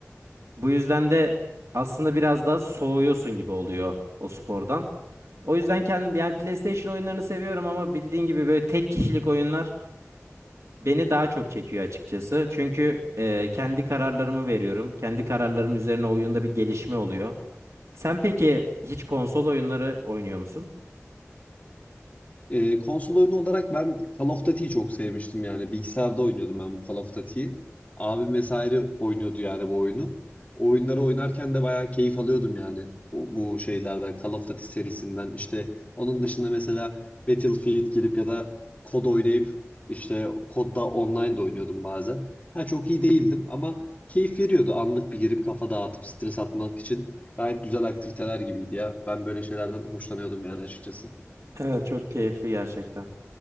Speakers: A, on the right; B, on the left.
A: Bu yüzden de aslında biraz da soğuyorsun gibi oluyor o spordan. O yüzden kendim yani PlayStation oyunlarını seviyorum ama bildiğin gibi böyle tek kişilik oyunlar Beni daha çok çekiyor açıkçası. Çünkü e, kendi kararlarımı veriyorum. Kendi kararlarım üzerine oyunda bir gelişme oluyor. Sen peki hiç konsol oyunları oynuyor musun?
B: Ee, konsol oyunu olarak ben Call of Duty'yi çok sevmiştim yani. Bilgisayarda oynuyordum ben bu Call of Duty'yi. Abim vesaire oynuyordu yani bu oyunu. O oyunları oynarken de bayağı keyif alıyordum yani. Bu, bu şeylerden, Call of Duty serisinden. İşte onun dışında mesela Battlefield girip ya da kod oynayıp işte kodda online de oynuyordum bazen. Ha, çok iyi değildim ama keyif veriyordu. Anlık bir girip kafa dağıtıp stres atmak için gayet güzel aktiviteler gibiydi ya. Ben böyle şeylerden hoşlanıyordum yani açıkçası.
A: Evet çok keyifli gerçekten.